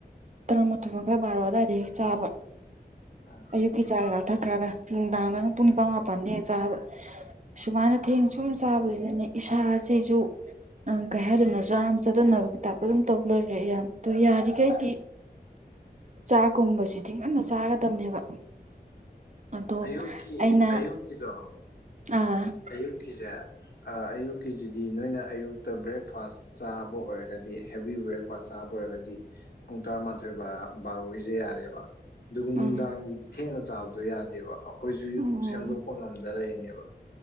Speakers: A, on the right (about 45°); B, on the left (about 65°).
A: ꯇꯔꯥꯃꯥꯊꯣꯏ ꯃꯈꯥꯏ ꯕꯥꯔꯣ ꯑꯗꯨꯋꯥꯏꯗꯒꯤ ꯆꯥꯕ
B: ꯎꯝ
A: ꯑꯌꯨꯛꯀꯤ ꯆꯥ ꯈꯔ ꯊꯛꯈ꯭ꯔꯒ ꯅꯨꯡꯗꯥꯡꯗꯅ ꯄꯨꯡ
B: ꯎꯝ
A: ꯅꯤꯄꯥꯟ ꯃꯥꯄꯟꯅꯦ ꯆꯥꯕ ꯁꯨꯃꯥꯏꯅ ꯊꯦꯡ ꯁꯨꯝ
B: ꯎꯝ
A: ꯆꯥꯕꯁꯤꯗꯅꯦ ꯏꯁꯥꯁꯤꯁꯨ ꯎꯝ ꯀꯩ ꯍꯥꯏꯗꯣꯏꯅꯣ ꯆꯥꯔꯝ ꯆꯠꯇꯅꯕꯒꯤ ꯇꯥꯏꯞꯇ ꯑꯗꯨꯝ ꯇꯧ ꯂꯩꯔꯦ ꯏꯌꯥꯝꯕ ꯇꯨ ꯌꯥꯔꯤꯈꯩꯗꯤ
B: ꯎꯝ
A: ꯆꯥꯀꯨꯝꯕꯁꯤ ꯇꯤꯡꯉꯟꯅ ꯆꯥꯒꯗꯕꯅꯦꯕ ꯑꯗꯣ
B: ꯑꯌꯨꯛꯀꯤ
A: ꯑꯩꯅ
B: <unintelligible>
A: ꯑꯥ
B: ꯑꯌꯨꯛꯀꯤꯖꯦ ꯑꯥ ꯑꯌꯨꯛꯀꯤꯖꯤꯗꯤ ꯅꯣꯏꯅ ꯑꯌꯨꯛꯇ ꯕ꯭ꯔꯦꯛꯐꯥꯁ ꯆꯥꯕ ꯑꯣꯏꯔꯒꯗꯤ ꯍꯦꯕꯤ ꯕ꯭ꯔꯦꯛ ꯐꯥꯁ ꯆꯥꯕ ꯑꯣꯏꯔꯒꯗꯤ ꯄꯨꯡ ꯇꯔꯥꯃꯥꯊꯣꯏ ꯕꯥꯔ ꯕꯥꯔꯣꯒꯤꯖꯦ ꯌꯥꯔꯦꯕ ꯑꯗꯨꯒ ꯅꯨꯡꯗꯥꯡꯒꯤꯗꯤ
A: ꯑꯥ
B: ꯊꯦꯡꯅ ꯆꯥꯕꯗꯣ ꯌꯥꯗꯦꯕ ꯑꯩꯈꯣꯏꯁꯨ
A: ꯑꯣ
B: ꯁꯦꯝꯗꯣꯛꯄ ꯉꯝ ꯗ ꯂꯩꯅꯦꯕ